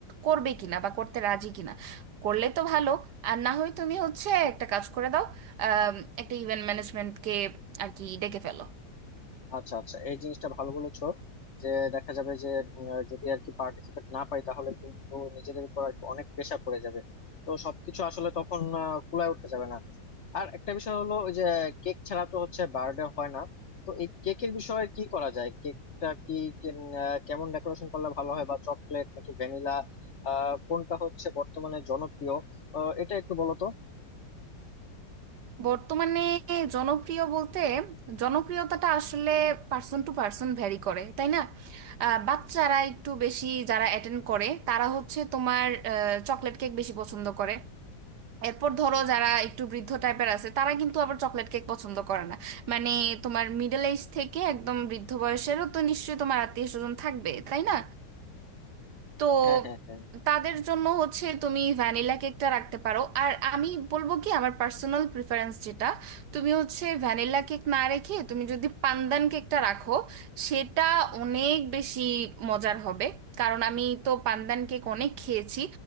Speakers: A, on the right (about 70°); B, on the left (about 45°).
A: করবে কিনা বা করতে রাজি কিনা করলে তো ভালো আর না হয় তুমি হচ্ছে একটা কাজ করে দাও আম, একটা ইভেন্ট ম্যানেজমেন্টকে আর কি ডেকে ফেলো
B: আচ্ছা আচ্ছা এই জিনিসটা ভালো বলেছো যে দেখা যাবে যে উম, আহ, যদি আর কি পার্টিসিপেট না পাই তাহলে কিন্তু নিজেদের উপর আর কি অনেক প্রেশার পড়ে যাবে তো সবকিছু আসলে তখন ফুলায় উঠে যাবে না আর একটা বিষয় হলো ওই যে কেক ছাড়া তো হচ্ছে বার্থডে হয় না তো এই কেকের বিষয়ে কি করা যায় কেকটা কি কেম- আহ, কেমন ডেকোরেশন করলে ভালো হয় বা চকলেট নাকি ভ্যানিলা আহ কোনটা হচ্ছে বর্তমানে জনপ্রিয় আহ, এটা একটু বলো তো
A: বর্তমানে জনপ্রিয় বলতে জনপ্রিয়তাটা আসলে পার্সন টু পার্সন ভ্যারি করে তাই না আহ, বাচ্চারা একটু বেশি যারা অ্যাটেন্ড করে তারা হচ্ছে তোমার চকলেট কেক বেশি পছন্দ করে এরপর ধরো যারা একটু বৃদ্ধ টাইপের আছে তারা কিন্তু আবার চকলেট কেক পছন্দ করে না মানে তোমার মিডল এজ থেকে একদম বৃদ্ধ বয়সেরও তো নিশ্চয়ই তোমার আত্মীয় স্বজন থাকবে তাই না তো
B: হ্যাঁ হ্যাঁ হ্যাঁ
A: তাদের জন্য হচ্ছে তুমি ভ্যানিলা কেকটা রাখতে পারো আর আমি বলবো কি আমার পার্সোনাল প্রিফারেন্স যেটা তুমি হচ্ছে ভ্যানিলা কেক না রেখে তুমি যদি পান্দান কেকটা রাখো সেটা অনেক বেশি মজার হবে কারণ আমি তো পান্দান কেক অনেক খেয়েছি